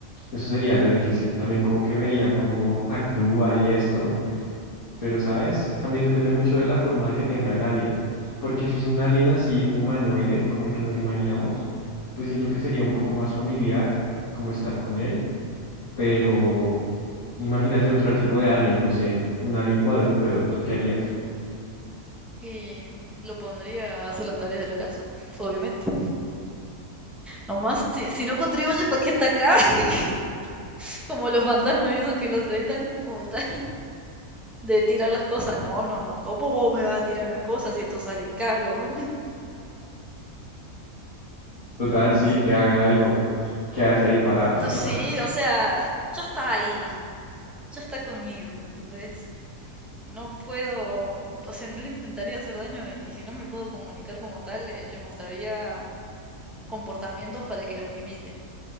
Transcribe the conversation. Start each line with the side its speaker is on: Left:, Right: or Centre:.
Left: eso sería lo difícil. También como que vería cómo actúa y esto. Pero, ¿sabes? También depende mucho de la forma que tenga el alien. Porque si es un alien así humanoide, como el que nos imaginamos, pues siento que sería un poco más familiar como estar con él. Pero imagínate otro tipo de alien, no sé, un alien cuadrúpedo, ¿tú qué harías?
Centre: Y lo pondría a hacer las tareas de la casa, <laughs> obviamente. Nomás, si, si no contribuye para que está acá, <laughs> como los fantasmas esos que los retan, como tal, de tirar las cosas. No, no, no, ¿cómo vos me vas a tirar las cosas si esto sale caro?
Left: Total, sí,
Centre: <laughs>
Left: que haga algo. Que hace ahí parado
Centre: Entonces,
Left: haciendo nada.
Centre: sí, o sea, ya está ahí, ya está conmigo, ¿entendés? No puedo, o sea, no le intentaría hacer daño y si no me puedo comunicar como tal, le, le mostraría comportamientos para que los imite.